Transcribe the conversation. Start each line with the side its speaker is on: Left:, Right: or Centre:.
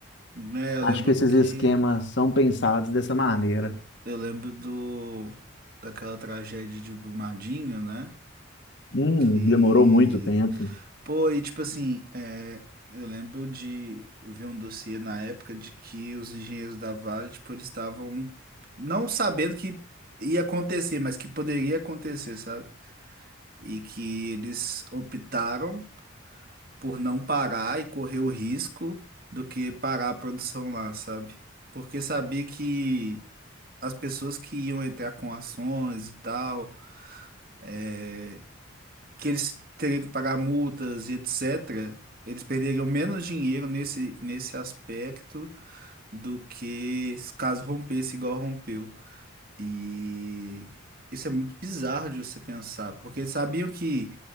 Right: Né, eu
Left: acho
Right: lembro
Left: que esses
Right: que
Left: esquemas são pensados dessa maneira.
Right: eu lembro do daquela tragédia de Brumadinho, né?
Left: Hum,
Right: Que
Left: demorou muito tempo.
Right: Pô, e tipo assim, é, eu lembro de ver um dossiê na época de que os engenheiros da Vale, tipo, eles estavam não sabendo que ia acontecer, mas que poderia acontecer, sabe? E que eles optaram por não parar e correr o risco do que parar a produção lá, sabe? Porque sabia que as pessoas que iam entrar com ações e tal é, que eles teriam que pagar multas e etc., eles perderiam menos dinheiro nesse, nesse aspecto do que se caso rompesse igual rompeu. E isso é muito bizarro de você pensar, porque eles sabiam que